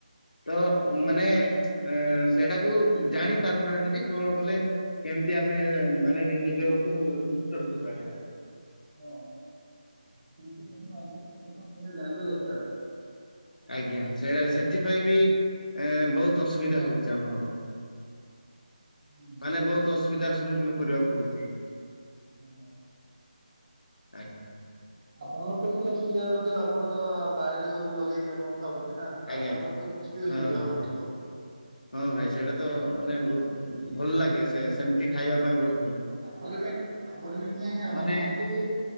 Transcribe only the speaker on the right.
ହଁ <unintelligible> ଆଜିକାଲି ଲୋକ ସେତା ଜାଣିବା ଦରକାର।
<unintelligible> ହୁଁ
ଆଜ୍ଞା।
ଆପଣଙ୍କର ତ କିଛି ଅସୁବିଧା ହେଉନଥିବ ଆପଣ ତ ବାଡିରେ ସବୁ ଲଗେଇକି ଆପଣ ଖାଉଚନ୍ତି ନା। ତ
ଆପଣଙ୍କର ତ କିଛି ବି ଅସୁବିଧା
ହଉନଥିବ।
ଆପର ବି ଆମର ବି ଭାଇ ଆମର
ବି